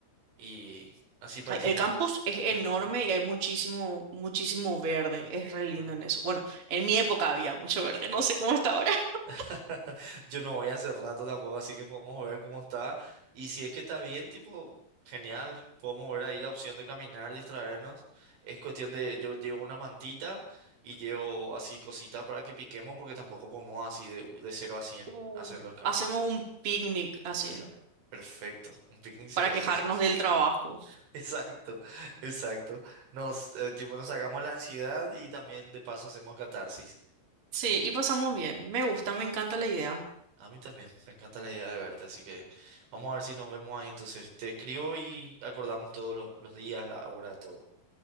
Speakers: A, on the right; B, on the right.
A: y así parecemos
B: Ay, El campus es enorme
A: el campo.
B: y hay muchísimo, muchísimo verde. Es re lindo
A: ¿Verdad?
B: en eso. Bueno, en mi época había mucho verde,
A: Sí.
B: no sé cómo está ahora. <laughs>
A: <laughs> Yo no voy hace rato tampoco, así que podemos ver cómo está. Y si es que está bien, tipo, genial. Podemos ver ahí la opción de caminar, distraernos. Es cuestión de, yo llevo una mantita y llevo así cositas para que piquemos, porque tampoco podemos así de, de cero a cien
B: Uh.
A: hacer los cambios.
B: Hacemos un picnic así
A: Exacto. Perfecto. Un picnic sería
B: para quejarnos
A: precioso.
B: del trabajo.
A: <laughs> Exacto, exacto. Nos, eh, tipo, nos sacamos la ansiedad y también de paso hacemos catarsis.
B: Sí, y pasamos bien. Me gusta, me encanta la idea.
A: A mí también, me encanta la idea de verte, así que vamos a ver si nos vemos ahí entonces. Te escribo y acordamos todos los, los días, la hora, todo.